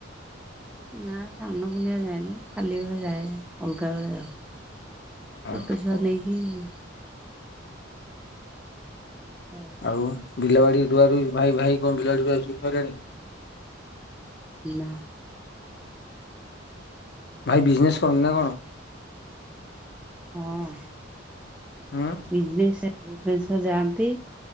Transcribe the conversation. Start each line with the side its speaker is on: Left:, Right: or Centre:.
Centre: ନାଁ ସାନ ପୁନିଆ ଯାଏନି ଖାଲିବେଳେ ଯାଏ। ଅଲଗା ବେଳେ ଆଉ ଛୋଟ
Left: ଓହୋ
Centre: ଛୁଆ ନେଇ ଇ <unintelligible>
Left: ଆଉ ବିଲବାଡି ରୁଆ ରୁଇ ଭାଇ ଭାଇ କଣ ବିଲବାଡିରୁଆ ରୁଇ ସଇଲାଣି।
Centre: ନା।
Left: ଭାଇ ବିଜନେସ୍ କରନ୍ତିନା କଣ।
Centre: ହଁ।
Left: ଉଁ।
Centre: ବିଜନେସ୍ ଭୁବନେଶ୍ଵର ଯାଆନ୍ତି